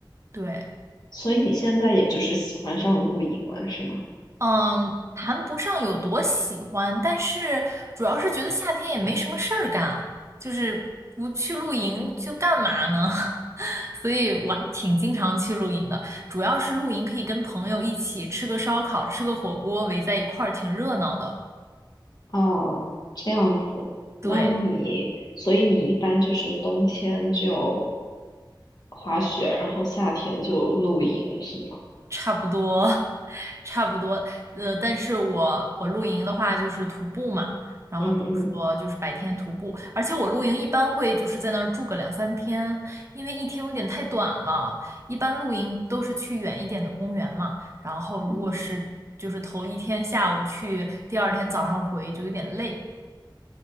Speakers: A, on the right (about 35°); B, on the left (about 55°).
A: 对。
B: 所以你现在也就是喜欢上露营了，是吗？
A: 嗯，谈不上有多喜欢，但是主要是觉得夏天也没什么事儿干，就是不去露营就干嘛呢？<laughs> 所以我还挺经常去露营的，主要是露营可以跟朋友一起吃个烧烤，吃个火锅，围在一块儿挺热闹的。
B: 哦，这样子，那你，
A: 对。
B: 所以你一般就是冬天就滑雪，然后夏天就露营，是吗？
A: 差不多，<laughs> 差不多。呃，但是我我露营的话就是徒步嘛，然后比如说就是白天徒步，
B: 嗯嗯
A: 而且我露营一般会就是在那儿住个两三天，因为一天有点太短了。一般露营都是去远一点的公园嘛，然后如果是就是头一天下午去，
B: 嗯，
A: 第二天早上回就有点累。